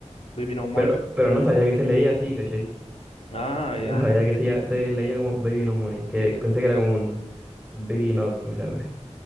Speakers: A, on the left; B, in the centre.
A: Baby No Money.
B: pero, pero no sabía que se leía así, ¿cachai?
A: Ah, ya,
B: No sabía que se, ya- se leía como Baby No Money, que pensé que era como un Baby Nos, no sé, algo así.